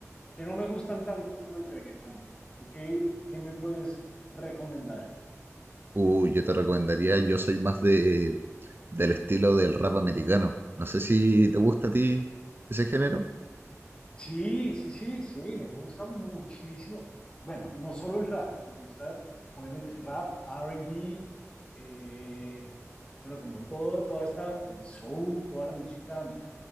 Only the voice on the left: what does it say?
que no me gustan tanto como el reggaetón. ¿Tú qué, qué me puedes recomendar?
Sí, sí, sí, sí, me gusta muchísimo. Bueno, no solo el rap, me gusta obviamente rap, R&B, eh, bueno, como todo, toda esta, el soul, toda la música